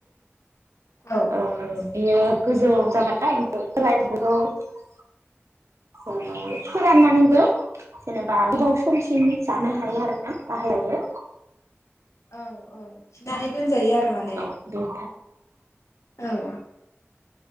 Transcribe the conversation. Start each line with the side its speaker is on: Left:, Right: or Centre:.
Left: औ।
Right: ओ बियो गोजौ जाबाथाय <unintelligible> फोराननानैबो जेनेबा गोबाव सिम जानो हायो आरो ना। बाहायजायो।
Left: औ औ <unintelligible> दोनजायो आरो माने
Right: औ बेनिफ्राय जों
Left: औ।